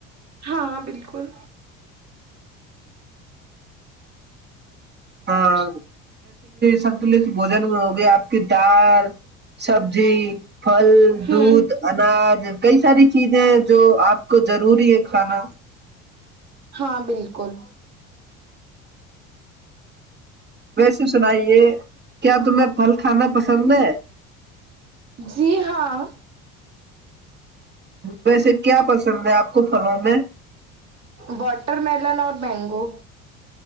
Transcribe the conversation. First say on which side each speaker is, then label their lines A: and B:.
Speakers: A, on the right; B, on the right.
A: ہاں بالکل
B: ہاں سب بجنوگے <unintelligible> آپ کی دال سبزی پھل
A: ہوں
B: دھ اناج کئی ساری چیزیں جو آپ کو ضروری ہے کھانا
A: ہاں بالکل
B: ویسے سنائیے کیا تمہیں پھل کھانا پسند ہے
A: جی ہاں
B: ویسے کیا پسند ہے آپ کو پھلوں میں
A: واٹر ملن اور مینگو